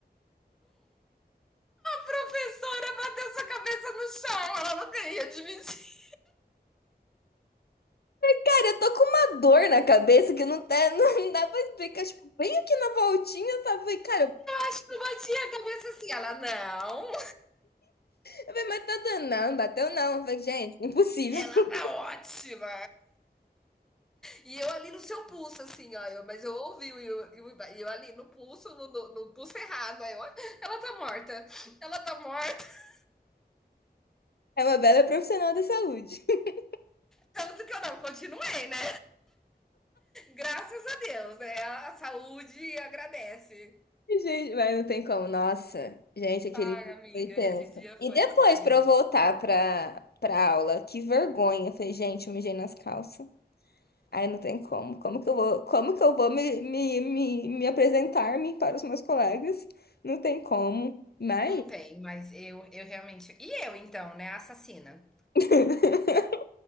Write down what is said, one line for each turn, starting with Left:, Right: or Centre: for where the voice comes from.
Centre: professora, bateu sua cabeça no chão. Ela não queria admitir.
Left: Cara, eu tô com uma dor na cabeça que não, tá, <laughs> não dá pra explicar. Tipo, bem aqui na voltinha, sabe? Falei, cara,
Centre: Acho que eu bati a cabeça assim. Ela, não,
Left: Eu falei, mas tanto não, bateu não. Eu falei, gente, impossível.
Centre: ela
Left: <laughs>
Centre: tá ótima. E eu ali no seu pulso, assim, ó. eu- mas eu ouvi, e eu, eu, eu ali no pulso, no, no- no pulso errado. Aí eu, ela tá morta, ela tá morta.
Left: É uma bela profissional da saúde. <laughs>
Centre: Tanto que eu não continuei, né? Graças a Deus, né? A saúde agradece.
Left: Gente, mas não tem como. Nossa, gente, aquele
Centre: Ai,
Left: dia
Centre: amiga,
Left: foi tenso.
Centre: esse dia foi
Left: E depois
Centre: assim.
Left: pra eu voltar pra, pra aula, que vergonha. Eu falei, gente, eu mijei nas calças. Aí não tem como. Como que eu vou, como que eu vou me, me, me, me apresentar-me para os meus colegas? Não tem como. Mas.
Centre: Não tem, mas eu, eu realmente. E eu, então, né? Assassina.
Left: <laughs>